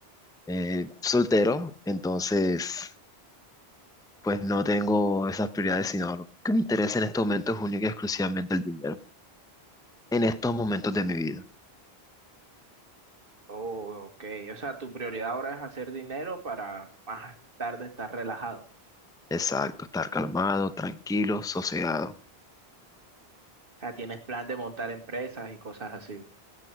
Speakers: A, in the centre; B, on the right (about 60°).
A: eh, soltero, entonces pues no tengo esas prioridades, sino lo que me interesa en este momento es única y exclusivamente el dinero. En estos momentos de mi vida.
B: Oh, ok. O sea, tu prioridad ahora es hacer dinero para más tarde estar relajado.
A: Exacto, estar calmado, tranquilo, sosegado.
B: O sea, tienes plan de montar empresas y cosas así.